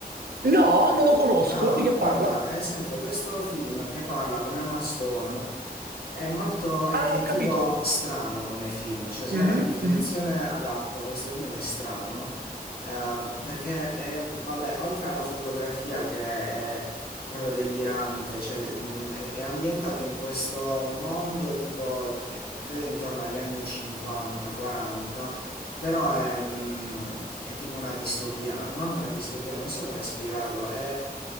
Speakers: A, on the right; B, on the left.
A: No, non lo conosco.
B: Ah,
A: Di che
B: guarda,
A: parla?
B: eh, senti, è questo film che parla con Emma Stone è molto, è,
A: Ah,
B: è
A: ho capito.
B: tipo strano come film, cioè secondo
A: Mhm,
B: me la definizione
A: mhm.
B: adatta a questo film è strano, ehm, perché è- vabbè, oltre alla fotografia che è proprio delirante, cioè, mh, è, è ambientato in questo mondo tipo, eh, credo intorno agli anni 50, 40, però è, mh, è tipo una distopia, no- non una distopia, non so come spiegarlo, è